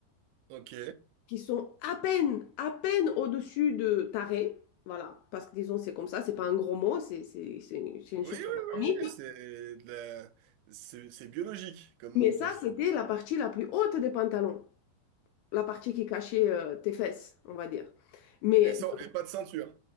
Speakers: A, on the right; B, on the left.
A: Ok.
B: qui sont à peine, à peine au-dessus de taré. Voilà, parce que disons, c'est comme ça, c'est pas un gros mot, c'est c'est- c'est une c'est une
A: Oui,
B: chose
A: oui, oui, oui,
B: anatomique.
A: oui, c'est de la... c'est c'est biologique comme
B: Mais
A: mot
B: ça,
A: presque.
B: c'était la partie la plus haute des pantalons, la partie qui cachait euh, tes fesses, on va dire. Mais
A: Et, sans... et pas de ceinture.